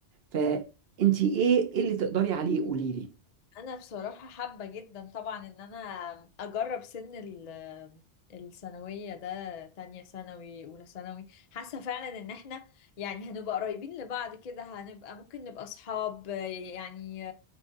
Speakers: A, on the right (about 65°); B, on the left (about 50°).
A: فانت ايه ايه اللي تقدري عليه قولي لي
B: انا بصراحة حابة جدا طبعا ان انا اجرب سن ال- الثانوية ده تانية ثانوي اولى ثانوي حاسة فعلا ان احنا يعني هنبقى قريبين لبعض كده هنبقى ممكن نبقى اصحاب يعني